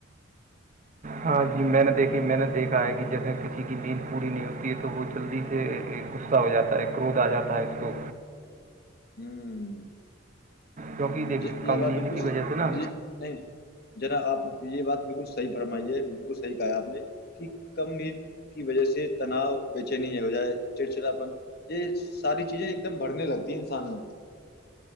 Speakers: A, on the right; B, on the left.
A: ہاں جی میں نے دیکھی میں نے دیکھا ہے کہ جیسے کسی کی نیند پوری نہیں ہوتی ہے تو وہ جلدی سے غصہ ہو جاتا ہے گروھ آ جاتا ہے اس کو
B: ہوں
A: کیونکہ دیکھیے
B: ج یہ
A: کم
B: بات
A: نیند
B: بالکل
A: کی وجہ سے نا
B: یہ نہیں جناا آپ <unintelligible> یہ بات بالکل صحیح فرمائیے بالکل صحیح کہا آپ نے کہ کم نیند کی وجہ سے تناؤ بیےچین ہو جائے چڑچڑاپن یہ ساری چیزیں ایک دم بڑنے لگتی انسان میں